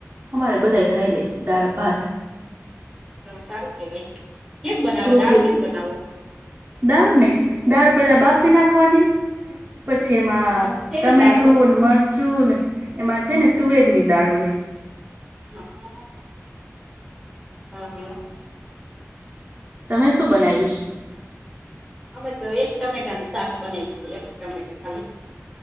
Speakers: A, on the right; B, in the centre.
A: અમારે બધા યે ખાઈ લે દાળ ભાત.
B: તો સારું કેવાય કેમ બનાવો
A: રોટલી
B: દાળ કેમ બનાવો?
A: દાળ ને દાળ પેલા બાફી નાખવાની પછી એમાં
B: હં, શેની
A: ટમેટું
B: દાળ હોય
A: ને મરચું ને એમાં છે ને તુવેરની દાળ હોય.
B: હા. હા
A: તમે શું બનાવ્યુ?
B: અમે તો એક ટમેટાનું શાક બને છે એક ટમેટું ખાલી.